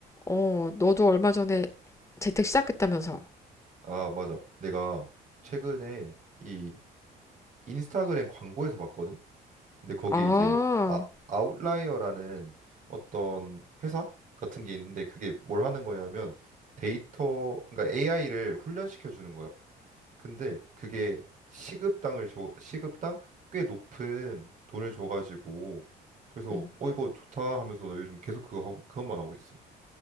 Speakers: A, on the left; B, on the right.
A: 어, 너도 얼마 전에 재택 시작했다면서.
B: 아, 맞아. 내가 최근에 이 인스타그램 광고에서 봤거든. 근데 거기
A: 아,
B: 이제 아, 아웃라이어라는 어떤 회사 같은 게 있는데 그게 뭘 하는 거냐면 데이터, 그러니까 AI를 훈련시켜 주는 거야. 근데 그게 시급당을 줘, 시급당 꽤 높은 돈을 줘가지고 그래서
A: 응.
B: 어 이거 좋다 하면서 나 요즘 계속 그거 하고- 그것만 하고 있어.